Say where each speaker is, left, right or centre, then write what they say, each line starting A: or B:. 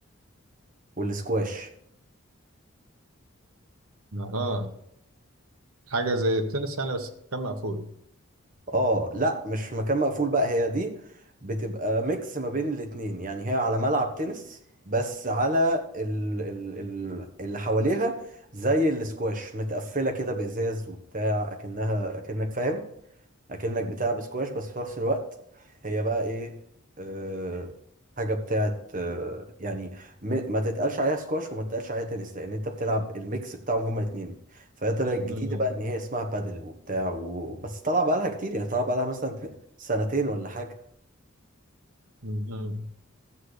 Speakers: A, on the right; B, on the right.
A: والسكواش
B: اها حاجة زي التنس يعني بس كان مقفول
A: اه لا مش مكان مقفول بقى هي دي بتبقى ميكس ما بين الاتنين يعني هي على ملعب تنس بس على ال ال ال اللي حواليها زي السكواش متقفلة كده بإزاز وبتاع أكنها أكنك فاهم اكنك بتلعب سكواش بس في نفس الوقت هي بقى ايه أه حاجه بتاعت أه يعني م- ما تتقالش عليها سكواش وما تتقالش عليها تنس لان انت بتلعب الميكس بتاعهم هما الاثنين فهي طلعت جديده
B: مم.
A: بقى ان هي اسمها بادل وبتاع و... بس طالعه بقى لها كتير يعني طالعه بقى لها مثلا سنتين ولا حاجه
B: مم.